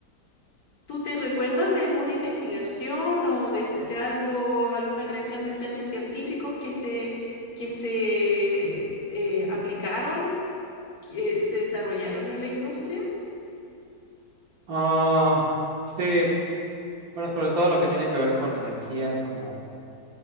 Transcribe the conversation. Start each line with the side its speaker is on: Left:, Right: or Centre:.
Left: ¿Tú te recuerdas de alguna investigación o de, de algo, alguna creación de centros científicos que se, que se eh, aplicaron, que se desarrollaron en la industria?
Right: Ah, sí, bueno, sobre todo lo que tiene que ver con energías como